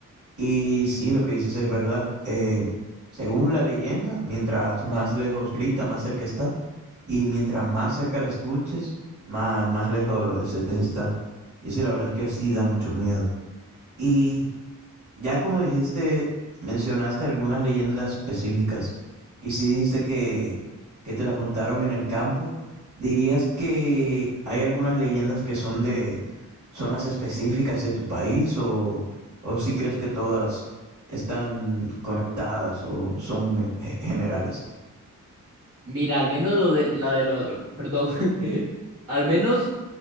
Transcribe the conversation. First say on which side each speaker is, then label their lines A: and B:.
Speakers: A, on the right; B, on the right.
A: Y sí, lo que dices es verdad. eh, según la leyenda, mientras más lejos grita, más cerca está, y mientras más cerca la escuches, más, más lejos es- es- está. Y sí, la verdad es que sí da mucho miedo. Y Ya como dijiste, mencionaste algunas leyendas específicas y si dijiste que, que te la contaron en el campo, ¿dirías que hay algunas leyendas que son de zonas específicas de tu país o, o si crees que todas están conectadas o son eh, generales?
B: Mira, al menos lo de la de lo, perdón, <laughs> al menos